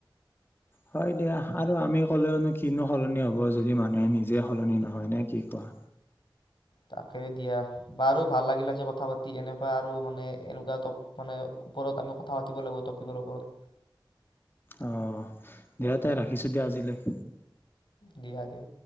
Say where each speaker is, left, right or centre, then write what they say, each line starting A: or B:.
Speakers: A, on the left (about 25°); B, on the left (about 70°).
A: হয় দিয়া আৰু আমি ক'লেওনো কিনো সলনি হ'ব যদি মানুহে নিজে সলনি নহয়। নে কি কোৱা?
B: তাকেই দিয়া, বাৰু ভাল লাগিলে কথা পাতি এনেকুৱা আৰু মানে এনেকুৱা টপ, মানে ওপৰত আমি কথা পাতিব লাগিব টপিকৰ ওপৰত।
A: অ দিয়া তাই ৰাখিছো দিয়া আজিলৈ।
B: দিয়া দিয়া।